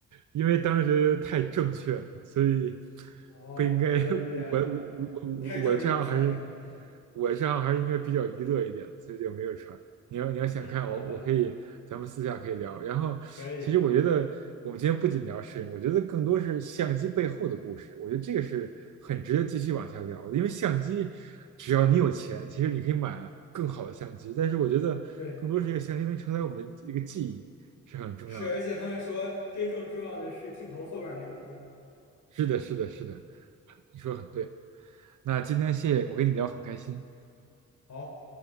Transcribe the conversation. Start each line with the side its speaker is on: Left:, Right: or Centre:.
Right: 因为当时觉得太正确了，所以
Left: 哦，
Right: 不应该。
Left: 觉得有点，
Right: 我我我我我这账号还是
Left: 嗯，太政治正确了，是吗？嗯，
Right: 我这样还是应该比较娱乐一点，所以就没有传。你要你要想看我，
Left: <laughs> 好的，
Right: 我可以，咱们私下可以聊。然后，
Left: 可以，
Right: 其实我觉得我们今天不仅聊摄影，我觉得更多是相机背后的故事。我觉得这个是很值得继续往下聊的，因为相机，只要你有钱，其实你可以买更好的相机。但是我觉得更多是一个相机能承载我们的一个记忆。
Left: 对，
Right: 是很重要的。
Left: 是，而且他们说真正重要的是镜头后边儿那个头。
Right: 是的，是的，是的，你说的很对。那今天谢谢我跟你聊很开心，
Left: 好。